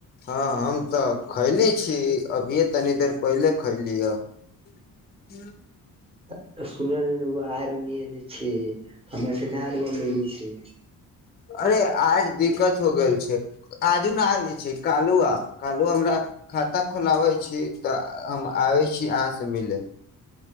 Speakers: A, on the left (about 30°); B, on the right (about 15°).
A: हँ हम तऽ खैली छी अभीे तनी देर पहिले खैली <unintelligible> <inaudible>
B: आ सुनल रही रउआ रहनी एने छै हमरा से ना रउआ मिलनी छै
A: अरे आज दिक्कत हो गेल छै आजु न आएले छै कालू आ कालहो हमरा खाता खोलाबै छी तऽ हम आबै छी अहाँ सँ मिलय